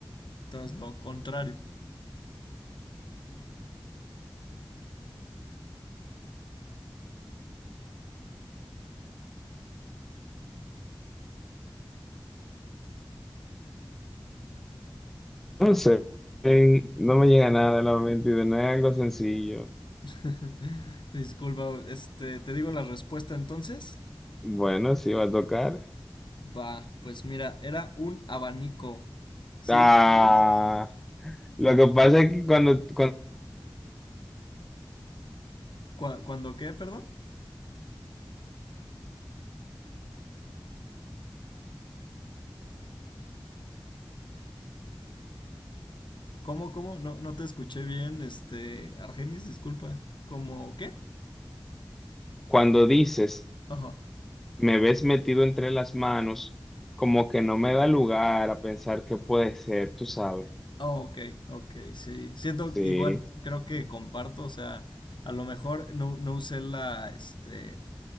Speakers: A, on the left; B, in the centre.
A: Entonces, lo contrario.
B: No sé, en- no me llega nada de la mente y de no es algo sencillo.
A: <laughs> Disculpa, este, te digo la respuesta entonces.
B: Bueno, sí va a tocar.
A: Va, pues mira, era un abanico. ¿Sí
B: Ah,
A: lo ubicas?
B: lo que pasa es que cuando, cuando,
A: Cua- ¿Cuándo qué, perdón? ¿Cómo, cómo? No, no te escuché bien, este, Argenis, disculpa. ¿Cómo qué?
B: cuando dices,
A: Ajá.
B: me ves metido entre las manos, como que no me da lugar a pensar qué puede ser, tú sabes.
A: Oh, ok, ok, sí. Siento
B: Sí,
A: igual, creo que comparto, o sea, a lo mejor no, no usé la, este,